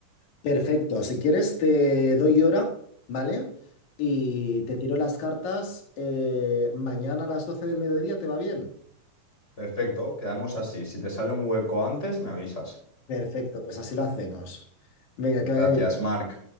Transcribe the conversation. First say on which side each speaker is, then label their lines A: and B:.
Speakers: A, on the left (about 65°); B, on the left (about 20°).
A: Perfecto, si quieres te doy hora, ¿vale? Y te tiro las cartas eh, mañana a las 12 del mediodía, ¿te va bien?
B: Perfecto, quedamos así. Si te sale un hueco antes, me avisas.
A: Perfecto, pues así lo hacemos. Venga, que vaya
B: Gracias,
A: bien.
B: Marc.